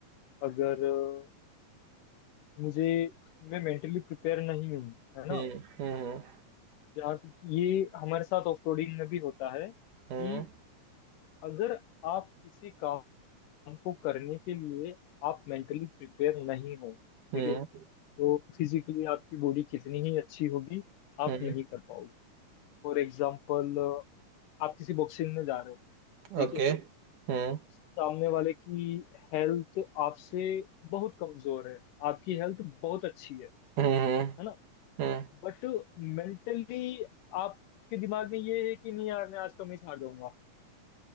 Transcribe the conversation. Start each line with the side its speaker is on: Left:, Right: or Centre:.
Left: अगर अ, मुझे मैं मेंटली प्रिपेयर नहीं हूँ है ना
Right: हम्म हम्म
Left: यार ये हमारे साथ ऑफरोडिंग में भी होता है कि
Right: हम्म
Left: अगर आप किसी काम को करने के लिए आप मेंटली प्रिपेयर नहीं हो
Right: हम्म
Left: ठीक है तो फिजिकली आपकी बॉडी कितनी ही अच्छी होगी आप
Right: हम्म
Left: नहीं कर पाओगे फॉर एग्जाम्पल आप किसी बॉक्सिंग में जा रहे हो ठीक
Right: ओके
Left: है
Right: हम्म okay,
Left: सामने वाले की हेल्थ आपसे बहुत कमजोर है आपकी हेल्थ बहुत अच्छी है
Right: हम्म हम्म
Left: है ना
Right: हम्म हम्म,
Left: बट मेंटली आपके दिमाग में ये है कि नहीं यार मैं आज का मैच हार जाऊंगा